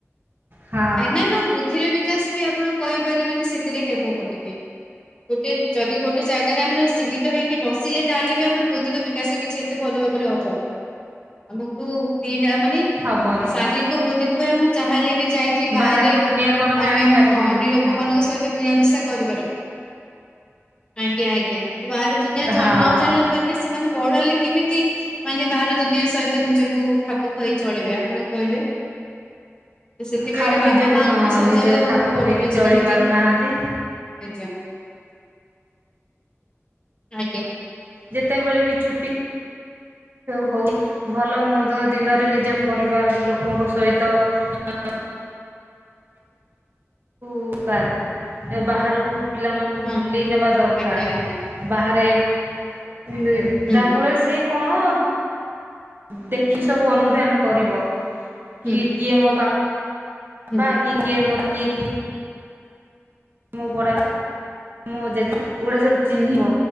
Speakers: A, on the right; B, on the left.
A: ହଁ
B: ଆ ନା ନା ବୁଦ୍ଧିର ବିକାଶ ବି ଆପଣ କହିପାରିବେନି ସେଥିରେ ହେବ ବୋଲି ବି। ଗୋଟେ ଯଦି ଗୋଟେ ଜାଗାରେ ଆମର ଆସିବୁ କେ ବସିଲେ ତାହେଲେ ବି ଆମର ବୌଦ୍ଧିକ ବିକାଶ ରେ କିଛି ଏତେ ଭଲ ଭାବରେ ହବ ଚଟ ଆମକୁ ଦିଟା ମାନେ
A: ହବନି।
B: ଶାରୀରିକ ବୌଦ୍ଧିକ ପାଇଁ ଆମକୁ ଯାହା ହେଲେ ବି ଯାଇଁକି
A: ବାହାର
B: ବାହାରେ
A: ଦୁନିଆ କଣ ଜାଣି
B: ଅନ୍ୟ
A: ପାରିଲେନି
B: ହଁ ଅନ୍ୟ ଲୋକମାନଙ୍କ
A: ହଁ
B: ସହିତ ମିଳାମିଶା କରିିବାର ଆଜ୍ଞା ଆଜ୍ଞା ତୁ ବା ଦୁନିଆ
A: ହଁ।
B: ନ ଜାଣିଲା କେମିତି ସେମାନେ ବଢ ହେଲେ କେମିତି ମାନେ ବାହାର ଦୁନିଆ ସହିତ ନିଜକୁ ଖାପ ଖୁଆଇ ଚଳିବେ ଆପଣ କହିଲେ ତ ସେଥିପାଇଁ
A: ଖାଉ
B: ଏଇଟା ବାପା
A: ନିଜକୁ
B: ମାଙ୍କୁ
A: ହଁ
B: ବି ସଜାଗ
A: ନିଜକୁ
B: ହେବାକୁ
A: ଖାପ
B: ପଡିବ
A: ଖୁଆଇକି
B: ଯେ
A: ଚଳି
B: କେମିତି
A: ପାରୁନାହାନ୍ତି।
B: ଆଜ୍ଞା ଆଜ୍ଞା
A: ଯେତେବେଳେ ବି ଛୁଟି- ହଉ ଭଲ ମନ୍ଦ ଦିନରେ ନିଜ ପରିବାର ଲୋକଙ୍କ ସହିତ <unintelligible> <unintelligible> ବାହାରକୁ ପିଲାମାନଙ୍କୁ
B: ହଁ
A: ବୁଲେଇ ନେବା ଦରକାର
B: ଆଜ୍ଞା ଆଜ୍ଞା
A: ବାହାରେ ହୁଁ
B: ହୁଁ
A: ଯାହା ଫଳରେ ସିଏ କଣ ଦେଖି ସବୁ ଅନୁଧ୍ୟାନ କରିବ କିଏ
B: ହୁଁ
A: କିଏ ମୋ ବାପା? ପାପା
B: ହୁଁ
A: କି କିଏ ମୋର କିଏ କି ମୋ ବଡ଼ ମୋ ଜେଜେ ଏଡା ସବୁ ଚିହ୍ନିବ